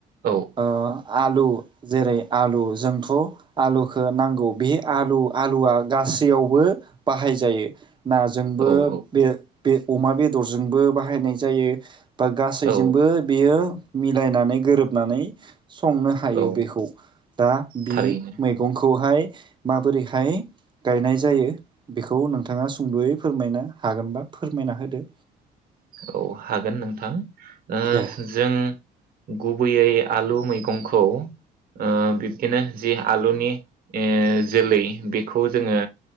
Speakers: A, on the right; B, on the right.
A: औ
B: ओ आलु जेरै आलु जोंथ आलुखौ नांगौ बे आलु आलुया गासैयावबो बाहायजायो नाजोंबो
A: औ
B: बे बे अमा बेदर जोंबो बाहायनाय जायो बा गासैजोंबो
A: औ
B: बेयो मिलायनानै गोरोबनानै संनो हायो
A: औ
B: बेखौ ओ दा बि
A: थारैनो
B: मैगंखौहाय माबोरैहाय गायनाय जायो बेखौ नोंथाङा सुंदयै फोरमायनो हागोनबा फोरमायना होदो
A: औ हागोन नोंथां ओ
B: दे
A: जों गुबैयै आलु मैगंखौ ओ बिबदिनो जि आलुनि ओ जोलै बेखौ जोङो